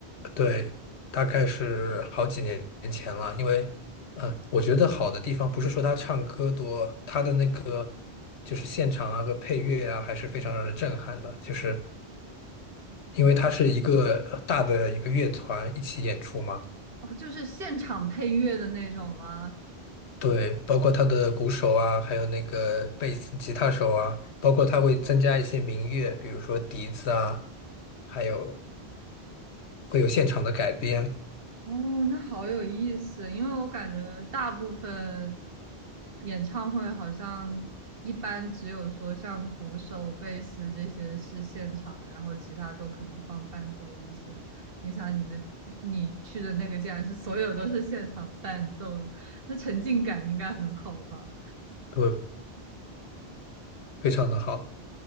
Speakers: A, on the left; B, on the right.
A: 对，大概是好几年前了，因为，呃，我觉得好的地方不是说他唱歌多，他的那个就是现场啊和配乐啊，还是非常让人震撼的，就是因为他是一个呃大的一个乐团一起演出嘛，
B: 哦，就是现场配乐的那种吗？
A: 对，包括他的鼓手啊，还有那个贝斯、吉他手啊，包括他会增加一些民乐，比如说笛子啊，还有会有现场的改编，
B: 哦，那好有意思，因为我感觉大部分演唱会好像一般只有说像鼓手、贝斯这些是现场的，然后其他都可能放伴奏一些。没想到你的你去的那个竟然是所有都是现场伴奏，那沉浸感应该很好吧？
A: 对，非常的好。